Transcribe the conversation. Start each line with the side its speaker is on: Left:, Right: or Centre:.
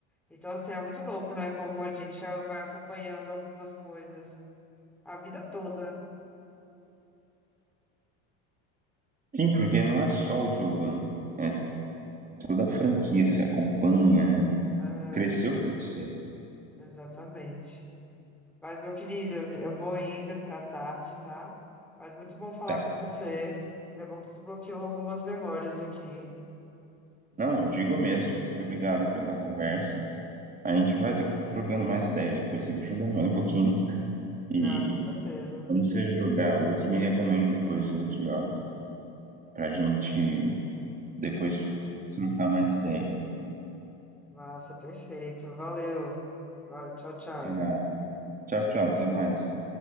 Centre: Então, assim, é muito louco, né? Como a gente já vai acompanhando algumas coisas a vida toda.
Right: Sim, porque não é só o jogo, né? É toda a franquia, se acompanha, né?
Centre: É,
Right: Cresceu com você.
Centre: exatamente. Mas, meu querido, eu vou indo, que tá tarde, tá? Mas muito bom falar
Right: Tá.
Centre: com você. É bom que tu bloqueou algumas memórias aqui.
Right: Não, digo mesmo. Muito obrigado pela conversa. A gente vai jogando mais ideia depois, eu vou jogando mais um pouquinho. E
Centre: Ah, com certeza.
Right: quando você jogar outros, me recomenda depois outros jogos, pra gente depois trocar mais ideia.
Centre: Massa, perfeito. Valeu. Ah, Tchau, tchau.
Right: Obrigado. Tchau, tchau, até mais.